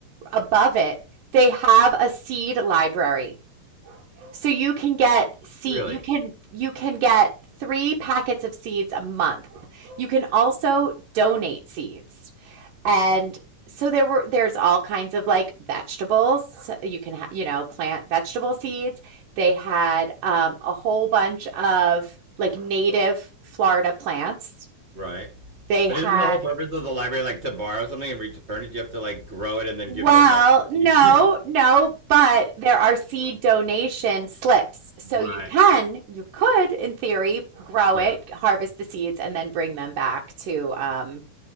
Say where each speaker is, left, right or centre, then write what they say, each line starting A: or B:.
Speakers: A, on the right; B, on the right.
A: above it, they have a seed library. So you can get seed
B: Really?
A: you can you can get 3 packets of seeds a month. You can also donate seeds. And
B: Wow.
A: so there were there's all kinds of like vegetables So you can ha- you know plant vegetable seeds they had um, a whole bunch of like native florida plants
B: Right.
A: they
B: But
A: had
B: isn't the whole purpose of the library like to borrow something and return it? You have to like grow it and then
A: Well,
B: give them back the
A: no,
B: seed?
A: no, but there are seed donation slips. So
B: <laughs> right.
A: you can, you could, in theory, grow
B: Yeah.
A: it, harvest the seeds, and then bring them back to um